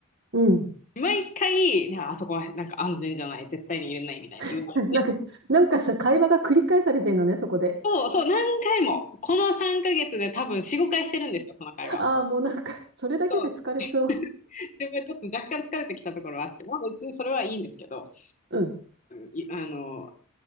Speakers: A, on the right; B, on the left.
A: うん。
B: 毎回、あそこはなんか安全じゃない、絶対に入れないみたいに言われて、
A: <laughs> なんか、なんかさ、会話が繰り返されてんのね、そこで。
B: そうそう、何回も、この3ヶ月で多分4、5回してるんですよ、その会話を。
A: <laughs> ああ、もうなんか、それだけで疲れそう。
B: そうでもちょっと若干疲れてきたところはあって、まあ別にそれはいいんですけど、
A: うん、
B: いあの、